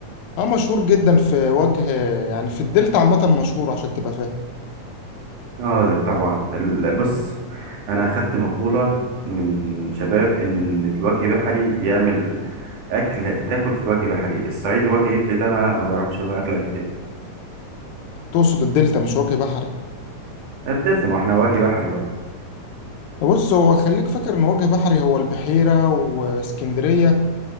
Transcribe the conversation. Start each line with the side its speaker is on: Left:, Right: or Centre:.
Left: اه مشهور جدا في وجه يعني في الدلتا عامه مشهور عشان تبقى فاهم
Right: اه ده طبعا ال- بص انا اخدت مقوله من شباب ان الوجه بحري بيعمل اكل تاكل في وجه بحري الصعيد وجه ابلي ده ما لا ما بيعرفش يعمل اكل قد كده
Left: تقصد الدلتا مش وجه بحري
Right: قدلت ما احنا وجه بحري برضو
Left: بص هو خليك فاكر ان وجه بحري هو البحيره واسكندريه